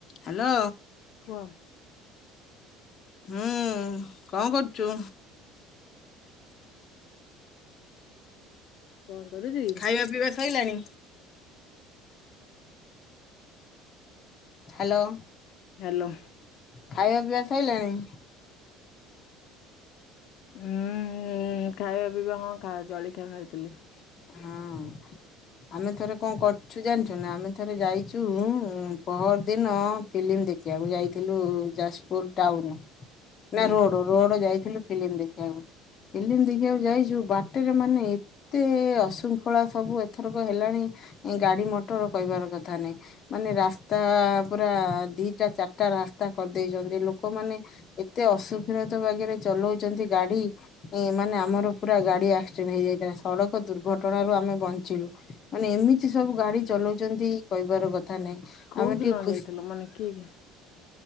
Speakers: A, on the left (about 35°); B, on the left (about 55°).
A: Hello
B: କୁଅ?
A: ହୁଁ କଁ କରୁଚୁ?
B: କଣ କରୁଚି?
A: ଖାଇବା ପିଇବା ସଇଲାଣି? ହାଲୋ
B: ହ୍ୟାଲୋ
A: ଖାଇବା ପିଇବା ସଇଲାଣି?
B: ଉୁଁ ଏ ଖାଇବା ପିଇବା ହଁ ଜଳିଖିଆ ଖାଇଥିଲି।
A: ହଅଁ। ଆମେ ଥରେ କଣ କରୁଛୁ ଜାଣିଛୁ ନା ଆମେ ଥରେ ଯାଇଛୁ ପହର ଦିନ ଫିଲ୍ମ ଦେଖିବାକୁ ଯାଇଥିଲୁ ଯାଜପୁର ଟାଉନ
B: ହୁଁ
A: ନା ରୋଡ ରୋଡ ଯାଇଥିଲୁ ଫିଲ୍ମ ଦେଖିବାକୁ ଫିଲ୍ମ ଦେଖିବାକୁ ଯାଇଛୁ ବାଟରେ ମାନେ ଏତ ଏ ଅଶୃଙ୍ଖଳା ସବୁ ଏଥରକ ହେଲାଣି ଇଁ ଗାଡି ମଟର କହିବାର କଥା ନାଇଁ। ମାନେ ରାସ୍ତା ପୁରା ଦିଟା ଚାରିଟା ରାସ୍ତା କରିଦେଇଛନ୍ତି ଲୋକମାନେ ଏତେ ଅସୁକ୍ଷୀଣତ ବାଗରେ ଚଲଉଛନ୍ତି ଗାଡି ଏ ମାନେ ଆମର ପୁରା ଗାଡି ଆକ୍ସିଡେଣ୍ଟ ହେଇଯାଇଥାଏ ସଡକ ଦୁର୍ଘଟଣା ରୁ ଆମେ ବଞ୍ଚିଲୁ ମାନେ ଏମିତି ସବୁ ଗାଡି ଚଲୋଉଛନ୍ତି କହିବାର କଥା ନାଇଁ।
B: କୋଉ
A: ଆମେ
B: ଦିନ
A: ଟିକେ ଖୁସ
B: ଯାଇଥିଲ ମାନେ କିଏ କିଏ